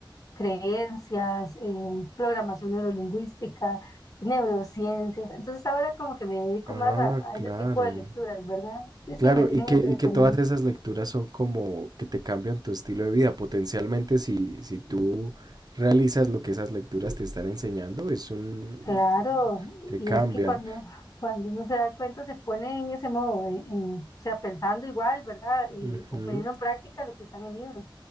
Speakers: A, on the left; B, on the right.
A: creencias, eh, programación neurolingüística, neurociencias. Entonces ahora como que me dedico
B: Ah,
A: más a, a
B: claro.
A: ese tipo de lecturas, ¿verdad? Sí,
B: Claro,
A: sí, me tienen
B: y que,
A: entretenido.
B: y que todas esas lecturas son como que te cambian tu estilo de vida. Potencialmente, si, si tú realizas lo que esas lecturas te están enseñando, es un...
A: Claro,
B: te
A: y
B: cambian.
A: es que cuando, cuando uno se da cuenta se pone en ese modo, de, eh, o sea, pensando igual, ¿verdad? Y,
B: Ujú.
A: o poniendo en práctica lo que está en el libro.